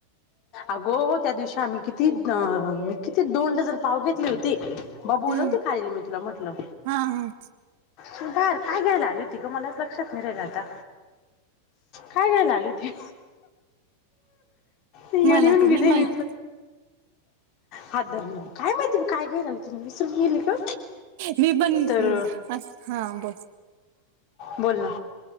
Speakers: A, on the left; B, on the right.
A: अगो त्या दिवशी आम्ही किती म किती दोन डझन पाव घेतले होते. बा बोल
B: हम्म
A: नवती खालील मी तुला म्हटलं.
B: हा हा
A: सुधार काय घ्यायला आली होती ग मलाच लक्षात नाही राहिल आता. काय घ्यायला आले होते. इडे
B: मला
A: येऊन
B: तर नाही
A: गेले
B: माहित
A: मी हादर काय माहिती काय घ्यायला तु. सग गेली ग
B: मी पण
A: तर.
B: अस हा बोल
A: बोल ना.